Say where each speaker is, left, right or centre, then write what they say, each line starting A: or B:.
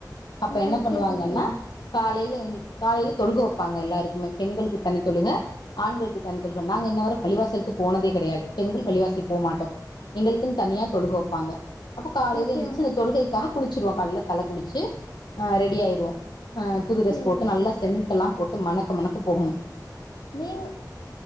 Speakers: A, on the left (about 85°); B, on the left (about 70°).
A: அப்ப
B: ஓ
A: என்ன பண்ணுவாங்கன்னா
B: சரி சரி
A: காலையில எந் காலையில் தொழுகோணும் வெப்பாங்க எல்லாருக்குமே பெண்களுக்கு தனி தொழுக ஆண்களுக்கு தனி தொழுக நாங்க இன்ன வர பள்ளிவாசலுக்கு போனதே கிடையாது பெண்கள் பள்ளிவாசலுக்கு போகமாட்டோம் எங்களுக்குன்னு தனியா தொழுக வைப்பாங்க அப்போ காலையில்
B: ஓகே
A: எந்திருச்சு அ தொழுகைதான் குளிச்சு ம் காலேல தலை குளிச்சு ஹ ரெடி ஆயிருவோம் புது டிரெஸ்
B: சரி
A: போட்டு நல்லா சென்டெல்லாம் போட்டு மணக்க மணக்க போகணும்
B: நீங்க